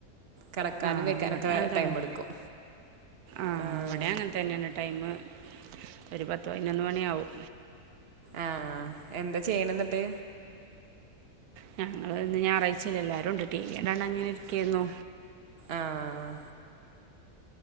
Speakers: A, on the right (about 45°); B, on the right (about 85°).
A: കിടക്കാനും
B: ആഹ്
A: കഴിക്കാനൊക്കെ
B: ഇവിടെ അങ്ങനെ
A: ടൈം
B: തന്നെ
A: എടുക്കും
B: ആഹ്
A: ആഹ
B: ഇവിടെ അങ്ങനെ തന്നെയാണ് ടൈമ് ഒരു പത്ത് പതിനൊന്ന് മണിയാാവും
A: ആഹ എന്താ ചെയ്യണ എന്നിട്ട്
B: ഞങ്ങള്ൾ ഇന്ന് ഞായറാഴ്ച ഞാൻ എല്ലാരുംണ്ട് ടിവി കണ്ട് അങ്ങനെ ഇരിക്കായിരുന്നു
A: ആഹ